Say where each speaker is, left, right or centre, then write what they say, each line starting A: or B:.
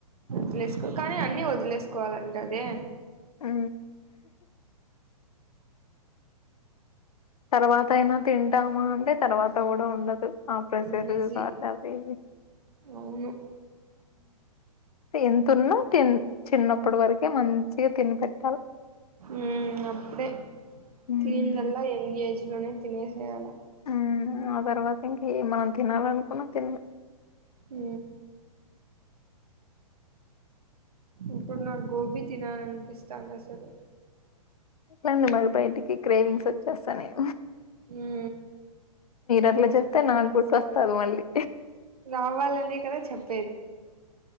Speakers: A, on the right; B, on the left.
A: వదిలేసుకోవాలి కానీ అన్ని వదిలేసుకోవాలంటేనే
B: ఆ తర్వాత అయినా తింటామా అంటే తర్వాత కూడా ఉన్ ఆ ప్రెషర్,
A: బిజీ
B: టార్చర్ అవి
A: అవును
B: హు ఎంత ఉన్నా తిన్ చిన్నప్పుడు వరకే మంచిగా తిని పెట్టాలి
A: ఉ అప్పుడే
B: మ్మ్
A: తినందల్లా యంగ్ ఏజ్ లోనే తినేసేయాల
B: మ్మ్ ఆ తర్వాత ఇంక మనం తినాలనుకున్నా తినలే
A: హు ఇప్పుడు నాకు గోబీ తినాలనిపిస్తాంది అసలు
B: రండి మరి బయటికి క్రేవింగ్స్ వచ్చేస్తనయి
A: ఉ
B: అట్లా
A: అసలు
B: చెప్తే
A: ఇ
B: నాకు
A: తీసుకోల
B: గుర్తొస్తది మళ్ళీ
A: నావల్లనే కదా చెప్